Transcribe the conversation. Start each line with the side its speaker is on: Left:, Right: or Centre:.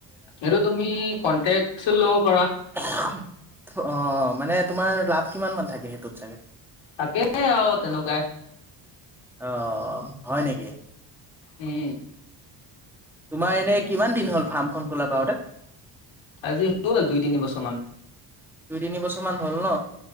Left: এইটো তুমি কনটেক্ট লওপাৰা।
Centre: অ মানে তোমাৰ লাভ কিমান মান থাকে সেইটোত চাগে?
Left: থাকে আহ তেনকাই।
Centre: অ হয় নেকি?
Left: হম হয়।
Centre: তোমাৰ এনেই কিমান দিন হ'ল ফাৰ্মখন খোলা বাৰু দে?
Left: আজি হ'ল দুই তিনি বছৰ মান।
Centre: দুই তিনি বছৰমানান হ'ল ন?